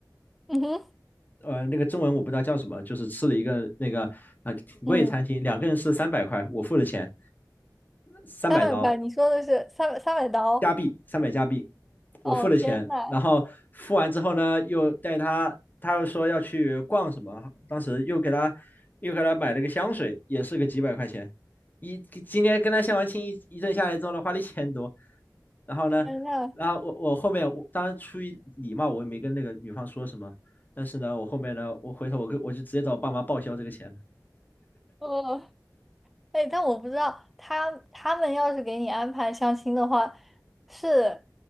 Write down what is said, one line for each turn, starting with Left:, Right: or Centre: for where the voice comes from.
Centre: 嗯哼
Left: 呃，那个中文我不知道叫什么，就是吃了一个那个啊、呃、挺贵的餐厅，
Centre: 嗯，
Left: 两个人吃三百块，我付的钱，三百刀。
Centre: 三百块，你说的是三百三百刀？
Left: 加币三百加币，我付了钱，
Centre: 哦，天呐，
Left: 然后付完之后呢，又带他，他又说要去逛什么，当时又给他又给他买了个香水，也是个几百块钱，一今天跟他相完亲一一阵下来之后呢，花了一千多，然后呢，
Centre: 天呐，
Left: 然后我我后面我当然出于礼貌，我也没跟那个女方说什么，但是呢，我后面呢，我回头我跟我就直接找我爸妈报销这个钱，
Centre: 哦。哎，但我不知道他他们要是给你安排相亲的话，是